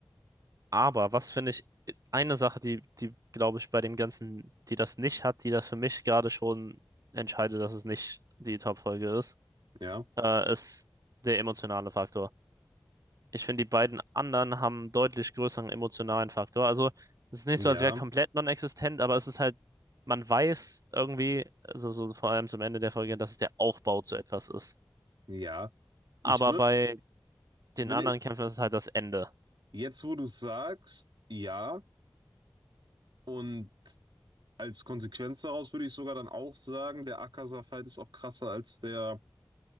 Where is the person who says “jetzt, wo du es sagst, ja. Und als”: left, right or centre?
Right